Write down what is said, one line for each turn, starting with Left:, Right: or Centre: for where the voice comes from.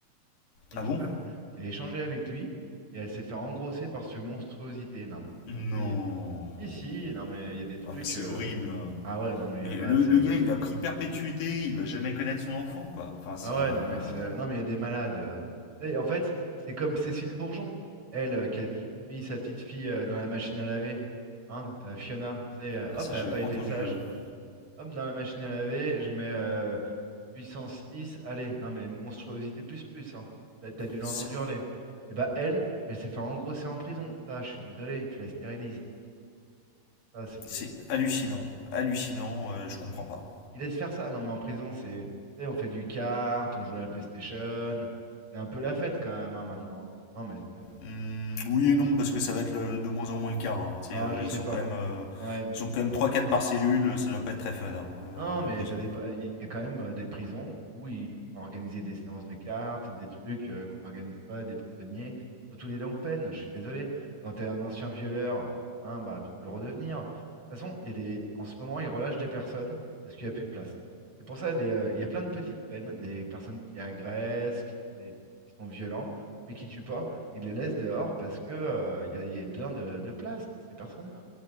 Right: et une
Left: Ah
Right: femme
Left: bon
Right: qui a échangé avec lui, et elle s'est fait engrosser par ce monstruosité. Non mais c'est
Left: Non.
Right: de la folie. Si, si, non mais il y a des trucs.
Left: Oh mais c'est
Right: euh,
Left: horrible. hein.
Right: Ah ouais, non mais
Left: Mais
Right: il y en
Left: le,
Right: a, c'est.
Left: le gars, il a pris perpétuité, il va jamais connaître son enfant, quoi. Enfin, c'est.
Right: Ah ouais,
Left: euh,
Right: non mais c'est. euh, Non mais il y a des malades. euh. Tu sais, En fait, c'est comme Cécile Bourgeon, elle, euh, qui a mis sa petite fille euh, dans la machine à laver. Hein, euh, Fiona, tu sais, euh,
Left: ah,
Right: hop,
Left: ça,
Right: elle
Left: j'avais
Right: a pas
Left: pas
Right: été
Left: entendu.
Right: sage.
Left: euh,
Right: Hop, dans la machine à laver, je mets euh, puissance 6. Allez, non mais monstruosité plus plus, hein. Là, T'as dû l'entendre
Left: C'est
Right: hurler. Et bah elle, elle s'est fait engrosser en prison. Ça, je suis désolé, tu la stérilises. Ça, c'est des.
Left: c'est hallucinant. Hallucinant, euh, je comprends pas.
Right: Ils laissent faire ça. Non, mais en prison, c'est, tu sais, on fait du kart, on joue à la PlayStation. C'est un peu la fête quand même, hein, maintenant. Non, mais c'est... euh,
Left: Hum, oui et non, parce que ça va être le- de moins en moins le cas. hein. Tu
Right: Non,
Left: euh,
Right: je sais
Left: ils sont
Right: pas.
Left: quand même. euh,
Right: Ouais,
Left: ils sont quand même trois quatre par cellule, ça doit pas être très fun, hein, euh,
Right: Non, mais
Left: la prison.
Right: ça dépend. Il y a quand même euh, des prisons où ils ont organisé des séances de cartes, des trucs euh, qu'on n'organise pas, des prisonniers, surtout les longues peines. Je suis désolé. Quand t'es un ancien violeur, hein, bah tu peux le redevenir. De toute façon, il y a des. En ce moment, ils relâchent des personnes parce qu'il n'y a plus de place. C'est pour ça les, euh, il y a plein de petites peines, des personnes qui agressent, qui font des... qui sont violents, mais qui tuent pas. Ils les laissent dehors parce que euh, il y a, il y a bien de, de place pour ces personnes-là.